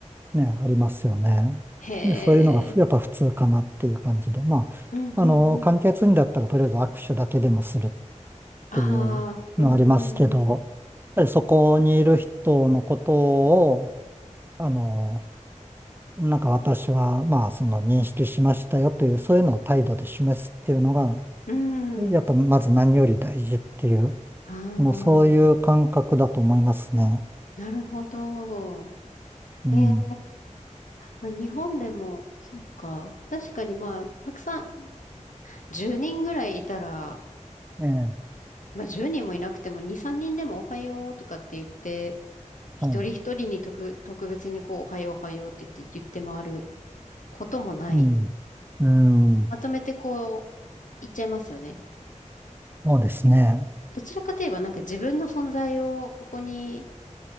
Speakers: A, on the right; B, on the left.
A: ね、ありますよね。
B: へ
A: でそういうのがふやっぱ普通かなっていう感じで、
B: え。
A: ま
B: うんうんうん。
A: あ、あの、簡潔にだったらとりあえず握手だけでもするっ
B: ああ、
A: ていうのありますけど、
B: うん
A: やっ
B: うん
A: ぱりそこにいる人のことを、あの、なんか私はまあその認識しましたよという、そういうのを態度で示すっていうのが、
B: うん。
A: やっぱまず何より大事っていう
B: うん。ああ、
A: もうそういう感覚だと思いますね。
B: なるほど。
A: うん。
B: へえ。まあ、日本でも、そうか。確かにまあ、たくさん、10人ぐらいいたら、
A: ええ、
B: まあ10人もいなくても、2、3人でもおはようとかって言って、一人一人に特、
A: はい。
B: 特別にこう、おはようおはようって言って、言って回ることもない。
A: うん。うん。
B: まとめてこう、言っちゃいますよね。
A: そうですね。
B: どちらかといえばなんか自分の存在を、ここに、